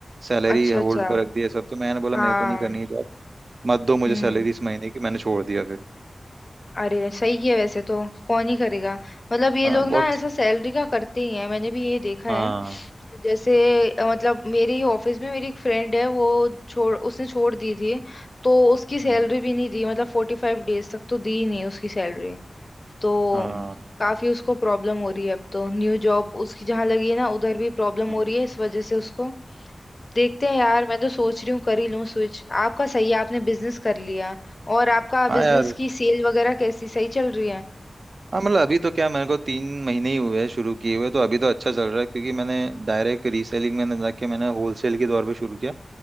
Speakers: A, on the right; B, on the left.
A: सैलरी
B: अच्छा
A: होल्ड
B: अच्छा
A: पर रख दिया सब तो मैंने बोला
B: हाँ
A: मेरे को नहीं करनी है जॉब मत दो मुझे
B: हम्म
A: सैलरी इस महीने की मैंने छोड़ दिया फिर
B: अरे सही है वैसे तो कौन ही करेगा मतलब ये
A: हाँ
B: लोग
A: बहुत
B: ना ऐसा सैलरी का करते ही हैं मैंने भी ये देखा
A: हाँ
B: है जैसे अ, मतलब मेरे ही ऑफिस में मेरी एक फ्रेंड है वो छोड़ उसने छोड़ दी थी तो उसकी
A: हम्म,
B: सैलरी भी नहीं दी मतलब फोर्टी फाइव डेज तक तो दी ही नहीं उसकी सैलरी तो
A: हाँ
B: काफी उसको प्रॉब्लम हो रही है अब तो न्यू जॉब उसकी जहाँ लगी है ना उधर भी प्रॉब्लम
A: हम्म।
B: हो रही है इस वजह से उसको देखते हैं यार मैं तो सोच रही हूँ कर ही लूँ स्विच आपका सही है आपने बिजनेस कर लिया और आपका
A: हाँ
B: बिजनेस
A: यार
B: की सेल वगैरह कैसी सही चल रही है
A: हाँ मतलब अभी तो क्या मेरे को तीन महीने ही हुए हैं शुरू किए हुए तो अभी तो अच्छा चल रहा है क्योंकि मैंने डायरेक्ट रीसेलिंग में ना जाके मैंने होलसेल के दौर पे शुरू किया